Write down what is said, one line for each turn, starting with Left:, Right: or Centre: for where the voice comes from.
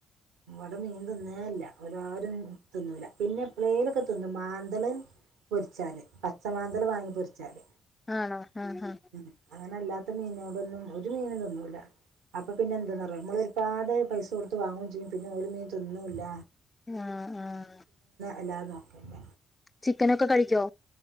Right: ഇവിടെ മീൻ തിന്നെയില്ല ഇവലാരും തിന്നൂല പിന്നെ എപ്ലേലൊക്കെ തിന്നും മ്ലാൻതല് പൊരിച്ചാല് പച്ചമാ ന്തൽ വാങ്ങി പൊരിച്ചാല്
Left: ആണോ ആ ആ
Right: ഉം അങ്ങനല്ല ല്ലാത്ത മീനോടൊന്നും ഒരു മീനും തിന്നൂല അപ്പൊ പിന്നെ എന്താ പറയാ നമ്മള് ഒ രുപാട് പൈസ കൊടുത്തു വാങ്ങുകയും ചെയ്യും പിന്നെ ഒരു മീൻ തിന്നുമില്ല
Left: ആഹ് ആഹ്
Right: അല്ലാതെ നോക്കില്ല
Left: ചിക്കനൊക്കെ കഴിക്കോ